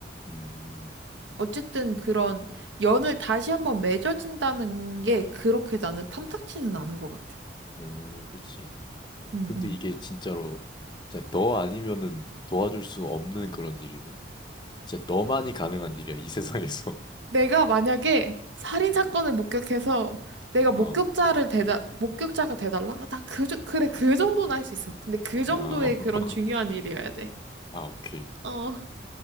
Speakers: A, on the left (about 25°); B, on the right (about 85°).
A: 음.
B: 어쨌든 그런 연을 다시 한번 맺어진다는 게 그렇게 나는 탐탁지는 않은 것 같아.
A: 음. 그치.
B: 응,
A: 근데
B: 응.
A: 이게 진짜로 진짜 너 아니면은 도와줄 수 없는 그런 일이면 진짜 너만이 가능한 일이야 이 세상에서. <laughs>
B: 내가 만약에 살인 사건을 목격해서 내가 목격자를
A: 어.
B: 대다 목격자가 돼달라? 아, 나 그, 저- 그래 그 정도는 할 수 있어. 근데 그 정도의
A: 어. <laughs>
B: 그런 중요한 일이어야 돼.
A: 아 오케이.
B: 어.